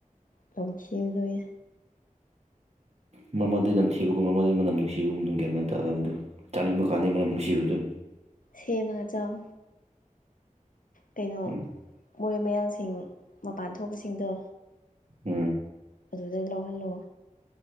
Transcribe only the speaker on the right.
ꯃꯥ ꯃꯔꯛꯇꯤ ꯅꯝꯊꯤꯕꯒꯨꯝ <unintelligible> ꯃꯅꯝ ꯅꯨꯡꯁꯤꯕꯒꯨꯝ ꯒ꯭ꯌꯥꯟ ꯃꯦꯟ ꯇꯥꯗꯕꯗꯨ ꯆꯥꯅꯤꯡꯕ ꯀꯥꯟꯗꯤ ꯃꯅꯝ ꯅꯨꯡꯁꯤꯕꯗꯨ
ꯎꯝ
ꯎꯝ